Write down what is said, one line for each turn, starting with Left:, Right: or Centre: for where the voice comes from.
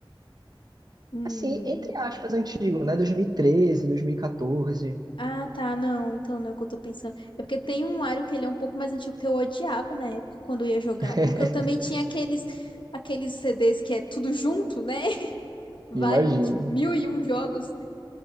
Left: Hum.
Right: Assim, entre aspas, antigo, né? 2013, 2014.
Left: Ah, tá, não, então não é o que eu tô pensando. É porque tem um Mario que ele é um pouco mais antigo que eu odiava na época quando eu ia jogar,
Right: <laughs>
Left: porque eu também tinha aqueles aqueles CDs que é tudo junto, né? <laughs> Vários,
Right: Imagino.
Left: tipo, mil e um jogos.